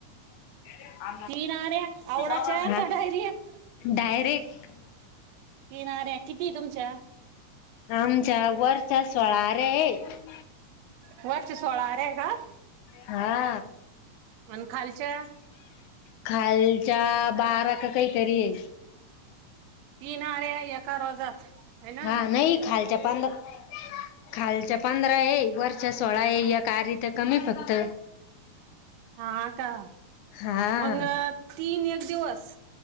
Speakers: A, on the left; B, on the right.
A: <unintelligible>
B: तीन आऱ्या आवडाच्या
A: आ.
B: का डायरेक्ट
A: डयरेक्ट.
B: तीन आऱ्या किती तुमच्या?
A: आमच्या वरचा सोळा आऱ्या आहे.
B: वरच्या सोळा आऱ्या आहे का?
A: हा.
B: आनं खालच्या?
A: खालच्या बारा का काहीतरी आहे.
B: तीन आऱ्या एका रोजात. है ना
A: हा नाही खालच्या पंध, खालच्या पां पंधरा आहे वरच्या सोळा आहे एक आरी तर कमी आहे फक्त.
B: हा का
A: हा
B: मंग तीन एक दिवस.